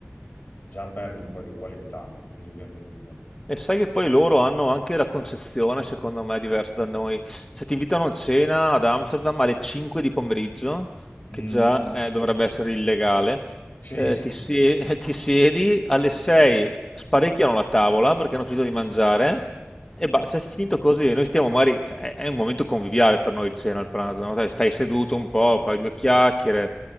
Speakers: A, on the left; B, on the left.
A: già perdi un po' di qualità, indubbiamente.
B: E sai che poi loro hanno anche la concezione, secondo me, diversa da noi. Se ti invitano a cena ad Amsterdam alle 5 di pomeriggio,
A: Mm,
B: che già eh, dovrebbe essere illegale,
A: Sì,
B: eh,
A: sì,
B: ti, sie- <laughs> ti siedi alle 6, sparecchiano la tavola perché hanno finito di mangiare e ba- cioè, è finito così. Noi stiamo magari, cioè, è è un momento conviviale per noi il cena, il pranzo, no? Dai, Stai seduto un po', fai due chiacchiere,